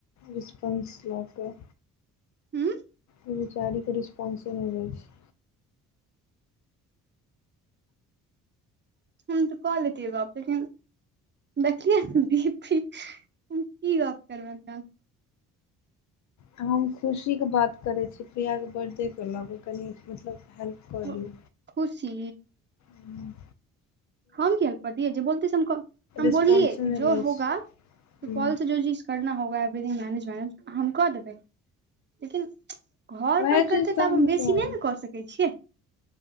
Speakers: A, on the left; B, on the right.
A: रिस्पॉन्स लऽ कऽ
B: हूँ
A: ऐ बेचारीके रिस्पॉन्से नै दै छै
B: हम त‌ऽ कऽ लेतियै गप लेकिन देखलिये ई पी हम की गप करबनि हुनका
A: हम खुशीक बात करै छी प्रिया क बर्थडेके लऽ कऽ कनि मतलब हेल्प
B: सँ।
A: कऽ दीयौ
B: खुशी
A: हूँ
B: हम किया ने पैरतियै जे बोलते हम
A: रिस्पॉन्से
B: बोललियै कि
A: नहि
B: जो
A: लै
B: होगा
A: छै
B: सुपॉल
A: हुँ
B: से जो जिस <unintelligible> करना होगा एवरी मैनेज मैनेज हम कऽ देबै लेकिन घर
A: वएह
B: पर करतै
A: चीज
B: तऽ आब
A: हमहूँ
B: हम बेसी
A: कहलियै
B: नै ने कऽ सकै छियै